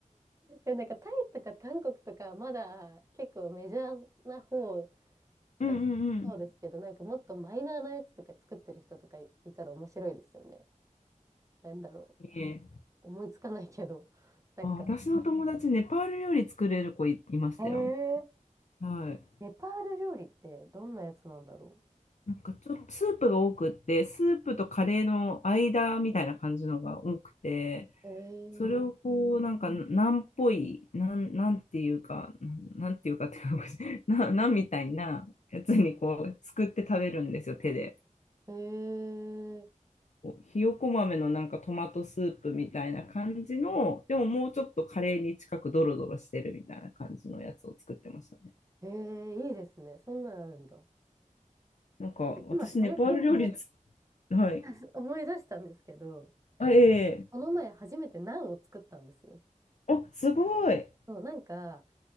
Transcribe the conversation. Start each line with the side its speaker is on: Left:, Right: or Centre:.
Right: でもなんかタイとか韓国とかまだ結構メジャーな方
Left: うんうんうん。
Right: だそうですけど、なんかもっとマイナーなやつとか作ってる人とかいたら面白いですよね。なんだろ
Left: いいえ
Right: う。思いつかないけど。なんか、
Left: あ、私の友達、ネパール料理作れる子い、いましたよ。
Right: えー、
Left: はい。
Right: ネパール料理ってどんなやつなんだろ
Left: なんかちょっとスープが多くって、スープとカレーの間みたいな感じのが多くて、
Right: う。え
Left: それをこう、
Right: ー、
Left: なんか、なんっぽい、なん、なんていうか、なんていうかっていうか、<laughs> な、なんみたいなやつにこう、作って食べるんですよ、手で。
Right: <laughs> えー
Left: こうひよこ豆のなんかトマトスープみたいな感じの、でももうちょっとカレーに近くドロドロしてるみたいな感じのやつを作ってましたね。
Right: ええ、いいですね。そんなんあるんだ。
Left: なんか、
Right: なんか今それ聞いて
Left: 私、ネパール料理つ、はい。
Right: <laughs> 思い出したんですけど、
Left: あ、ええ
Right: この前初めてナンを作ったんですよ。
Left: あ、すごい。
Right: そう、なんか、